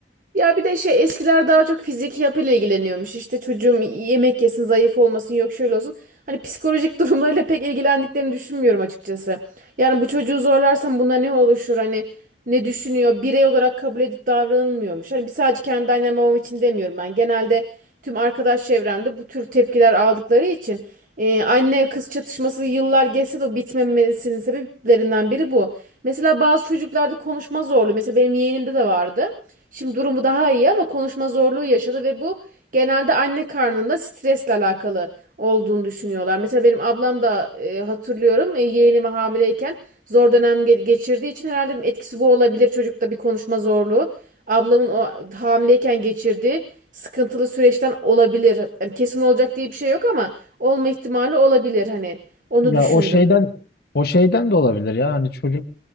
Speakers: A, on the right (about 45°); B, on the left (about 55°).
A: Ya bir de şey eskiler daha çok fiziki yapıyla ilgileniyormuş. İşte çocuğum yemek yesin, zayıf olmasın, yok şöyle olsun. Hani psikolojik <laughs> durumlarıyla pek ilgilendiklerini düşünmüyorum açıkçası. Yani bu çocuğu zorlarsam buna ne oluşur? Hani ne düşünüyor? Birey olarak kabul edip davranılmıyormuş. Hani bir sadece kendi annem babam için demiyorum ben. Genelde Tüm arkadaş çevremde bu tür tepkiler aldıkları için e, anne kız çatışması yıllar geçse de bitmemesinin sebeplerinden biri bu. Mesela bazı çocuklarda konuşma zorluğu, mesela benim yeğenimde de vardı. Şimdi durumu daha iyi ama konuşma zorluğu yaşadı ve bu genelde anne karnında stresle alakalı olduğunu düşünüyorlar. Mesela benim ablam da e, hatırlıyorum e, yeğenimi hamileyken zor dönem ge- geçirdiği için herhalde dedim etkisi bu olabilir çocukta bir konuşma zorluğu. Ablamın o hamileyken geçirdiği sıkıntılı süreçten olabilir. Yani kesin olacak diye bir şey yok ama olma ihtimali olabilir hani. Onu
B: Ya
A: düşündüm.
B: o şeyden o şeyden de olabilir ya. Hani çocuk